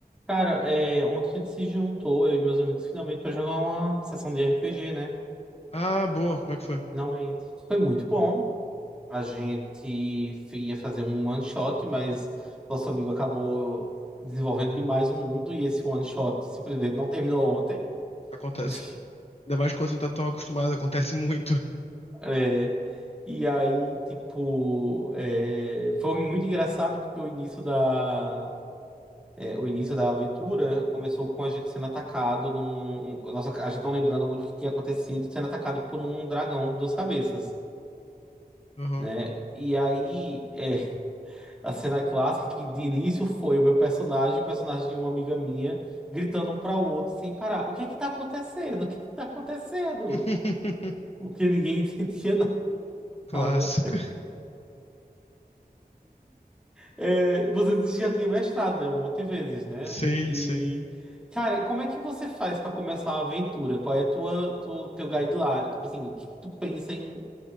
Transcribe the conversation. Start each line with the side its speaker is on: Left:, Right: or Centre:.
Centre: Cara, é, ontem a gente se juntou, eu e meus amigos, finalmente, para jogar uma sessão de RPG, né?
Left: Ah, boa, como é que foi?
Centre: Finalmente. Foi muito bom. A gente f- ia fazer um one shot, mas nosso amigo acabou desenvolvendo demais o mundo e esse one shot simplesmente não terminou ontem.
Left: Acontece.
Centre: <laughs>
Left: Ainda mais quando você não tá tão acostumado, acontece muito.
Centre: É, e aí, tipo, é, foi muito engraçado porque o início da é, o início da aventura começou com a gente sendo atacado num. um- Nossa, a gente não lembrando muito o que tinha acontecido, sendo atacado por um dragão de duas cabeças,
Left: Aham.
Centre: né? E aí, é, <laughs> a cena clássica que de início foi o meu personagem, e o personagem de uma amiga minha, gritando um para o outro sem parar: O que é que tá acontecendo? O que é que tá acontecendo?
Left: <laughs>
Centre: Porque ninguém <laughs> entendia
Left: Clássico.
Centre: nada. É, você disse que já tinha mestrado, né? Um monte de vezes, né?
Left: Sim,
Centre: E,
Left: sim.
Centre: cara, como é que você faz para começar uma aventura? Qual é a tua, tu, teu guideline? Tipo assim, o que que tu pensa em,